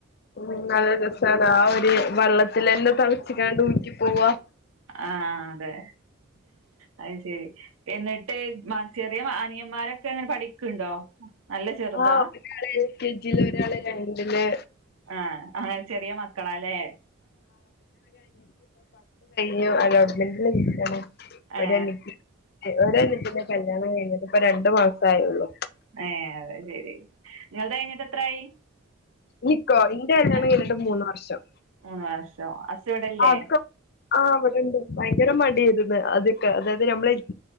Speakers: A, on the left; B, on the right.
A: പി നല്ല ദിവസ ഒരു വള്ള <inaudible> അതില് എന്നെ തളിച്ചിക്കണ്ട് ഊറ്റിപോവാ
B: ആഹ അതെ അത് ശ ശരി എന്നിട്ട് മാ ചെറിയ അനിയന്മാരൊക്കെ അങ്ങനെ പഠിക്കണ്ടോ നല്ല ചെറുതാ
A: ആ എൽകെ ജിൽ ഒരാള് രണ്ടില്
B: ആ അങ്ങനെ ചെറിയ മക്കളാല്ലേ
A: ഞും അലോട്ട്മെന്റ്ണ്ട് കിട്ടാന്
B: ഏ
A: ഒരനിയതി ഒരനി ൻ്റെ പൊ കല്ല്യാണം കഴിഞ്ഞിട്ട് ഇപ്പ രണ്ടു മാസം ആയുള്ളൂ
B: ഏ അതെ ശരി നിങ്ങൾത് കഴിഞ്ഞിട്ട് എത്രായി
A: വി കോ ഇന്റെ കല്ല്യാണം
B: ആ
A: കഴിഞ്ഞിട്ട് മൂന്ന് വർഷം
B: മൂന്ന് വർഷം ഹസ് ഇവിടല്ലേ
A: ആത്കൊ ആ ഇവിടെണ്ട് ഭയങ്കര മടിയായിരുന്ന് ആതിയൊക്കേ അതായത് നമ്മളെ